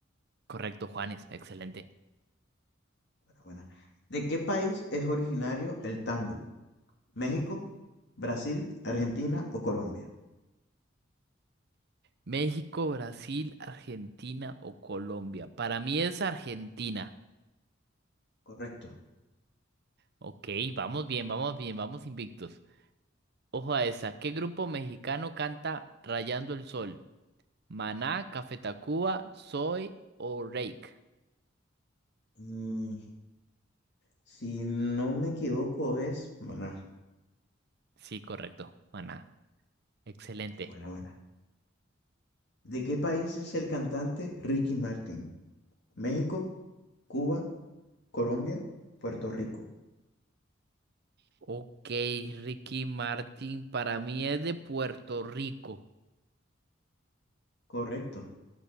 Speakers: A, on the right (about 55°); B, on the left (about 60°).
A: Correcto, Juanes, excelente.
B: Buena, buena. ¿De qué país es originario el tango? ¿México, Brasil, Argentina o Colombia?
A: México, Brasil, Argentina o Colombia. Para mí es Argentina.
B: Correcto.
A: Ok, vamos bien, vamos bien, vamos invictos. Ojo a esa. ¿Qué grupo mexicano canta Rayando el Sol? ¿Maná, Café Tacuba, Soy o Reik?
B: Mm, si no me equivoco es Maná.
A: Sí, correcto. Buena. Excelente.
B: Ok, buena, buena. ¿De qué país es el cantante Ricky Martin? ¿México, Cuba, Colombia, Puerto Rico?
A: Ok, Ricky Martin, para mí es de Puerto Rico.
B: Correcto.